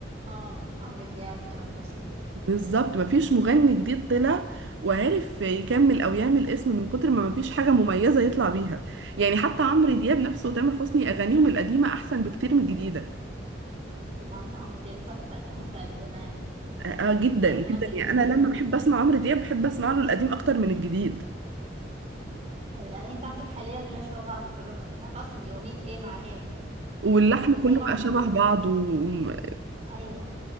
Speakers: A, on the right (about 35°); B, on the right (about 80°).
A: اه عمرو دياب تامر حسني
B: بالظبط مفيش مغني جديد طلع وعرف يكمل او يعمل اسم من كتر ما مفيش حاجه مميزه يطلع بيها يعني حتى عمرو دياب نفسه وتامر حسني اغانيهم القديمه احسن بكتير من الجديده
A: طبعا ده عمرو دياب تحفة الأغاني بتاعت زمان
B: آه آه، جدا
A: الألبومات
B: جدا
A: اللي كان
B: يعني
A: بينزلها
B: انا لما
A: زمان
B: بحب اسمع عمرو دياب بحب اسمع له القديم اكتر من الجديد
A: الأغاني بتاعته الحالية كلها شبه بعض مكررة مش عارفة أصلا دي أغنية ايه مع ايه
B: واللحن
A: هما زي
B: كله
A: بعض
B: بقى شبه
A: كلهم
B: بعض وكله
A: أيوة